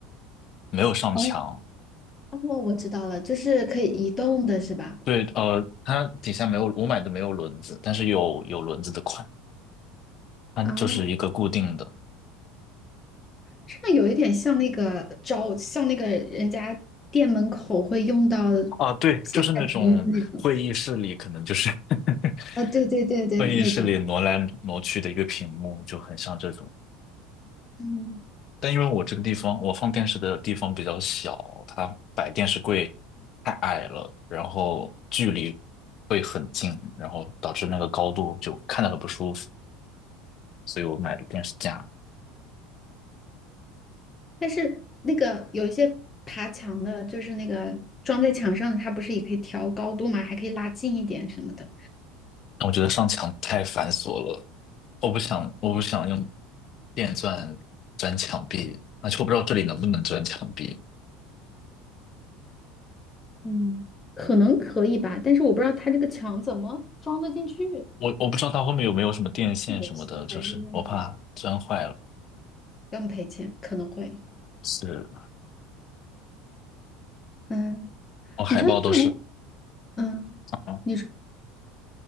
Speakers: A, on the left; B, on the left.
A: 没有上墙。
B: 哦哦，我知道了，就是可以移动的是吧？
A: 对，呃，它底下没有，我买的没有轮子，但是有有轮子的款，它就是一个固定的。
B: 啊，这个有一点像那个招，像那个人家店门口会用到
A: 啊，对，
B: 写菜单的那种。
A: 就是那种会议室里可能就是 <laughs>
B: 啊，对对对对，
A: 会议室里挪来挪去的一个屏幕，
B: 那种。
A: 就很像这种。
B: 嗯，
A: 但因为我这个地方，我放电视的地方比较小，它摆电视柜太矮了，然后距离会很近，然后导致那个高度就看着很不舒服，所以我买的电视架。
B: 但是那个有一些爬墙的，就是那个装在墙上的，它不是也可以调高度吗？还可以拉近一点什么的。
A: 我觉得上墙太繁琐了，我不想，我不想用电钻钻墙壁，而且我不知道这里能不能钻墙壁，
B: 嗯，可能可以吧，但是我不知道它这个墙怎么装得进去，
A: 我我不知道它后面有没有什么电线什么的，
B: 螺丝还是用什么？
A: 就是我怕钻坏了。
B: 要赔钱，可能会。
A: 是，
B: 嗯，
A: 我海报都是，
B: 你说这种，嗯，
A: 嗯，
B: 你说